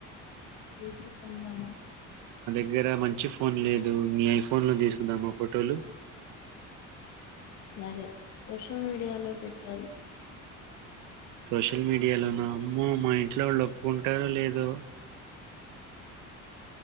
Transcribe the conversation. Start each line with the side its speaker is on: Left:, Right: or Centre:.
Left: జేసుకుందాం మంచిగా
Right: దగ్గరా మంచి ఫోన్ లేదు మీ ఐఫోన్ లో తీసుకుదామా ఫోటోలు
Left: సరే సోషల్ మీడియాలో పెట్టంను
Right: సోషల్ మీడియాలోన అమ్మో మా ఇంట్లో వాళ్ళు ఒప్పుకుంటారో లేదో